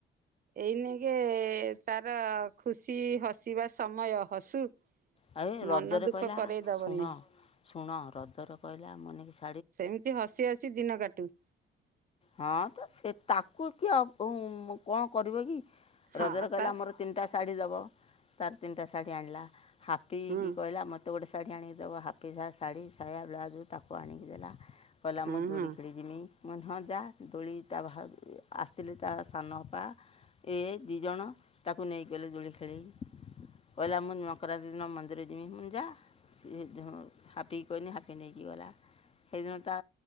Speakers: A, on the right (about 45°); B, on the left (about 30°).
A: ଏଇନାକେ ତାର ଖୁସି ହସିବା ସମୟ ହସୁ।
B: ଆଉ ଏ
A: ମନ
B: ରଜରେ
A: ଦୁଃଖ
B: କହିଲା
A: କରେଇ ଦବନି।
B: ଶୁଣ ଶୁଣ ହ୍ରଦର କହିଲା ଆମ ନେଇକି ସ୍
A: ସେମତି ହସି ହସି ଦିନ କାଟୁ।
B: ହଁ ତ ସେ ତାକୁ କିଏ ଅପ ଉମ୍ କଣ କରିବ କି?
A: ହଁ
B: ରଜରେ କହିଲା
A: ତା
B: ମୋର ତିନିଟା ଶାଢ଼ୀ ଦବ ତାର ତିନଟା ଶାଢ଼ୀ ଆଣିଲା ହାପିକି
A: ହଁ
B: କହିଲା ମତ୍ ତ ଗୋଟେ ଶାଢ଼ୀ ଆଣିକି ଦବ ହାପି ଯାହା ଶାଢ଼ୀ, ସାୟା, ବ୍ଲାଉଜୁ ତାକୁ ଆଣିକି ଦେଲା। କହିଲା
A: ହଁ
B: ମୁଁ ଦୋଳି
A: ହଁ
B: ଖେଳି ଯିମି। ମଁ କହିନି ହଁ ଯା ଦୋଳି ତା ଭାଉ ଆସିଥିଲେ ତା ସାନ ଅପା ଏ ଦି ଜଣ ତାକୁ ନେଇକି ଗଲେ ଦୋଳି ଖେଳେଇକି କହିଲା ମୁଁ ନୂଆ ଖରାଦିନ ମନ୍ଦିର ଯିମି ମୁଁ କହିନି ଯାଆ ହାପିକି କହିନି ହାପି ନେଇକି ଗଲା। ହେଇଦିନ ତା